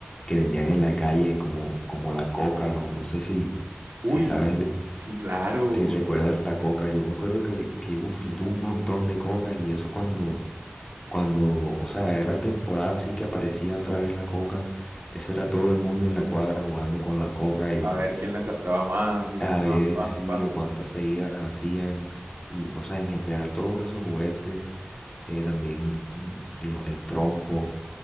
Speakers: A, on the left (about 20°); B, on the right (about 70°).
A: que vendían en la calle como, como la coca, no, no sé si,
B: Uy,
A: si sabes, el-
B: sí, claro.
A: si recuerdas la coca. Yo me acuerdo que, que uf, yo tuve un montón de cocas y eso cuando, cuando, o sea, era temporada así que aparecía otra vez la coca, eso era todo el mundo en la cuadra jugando con la coca y
B: A ver quién la acertaba más y
A: a
B: pam,
A: ver
B: pam,
A: sí,
B: pam.
A: que cuántas seguidas hacían y, o sea, en general todos esos juguetes, eh, también mm, lo- el trompo,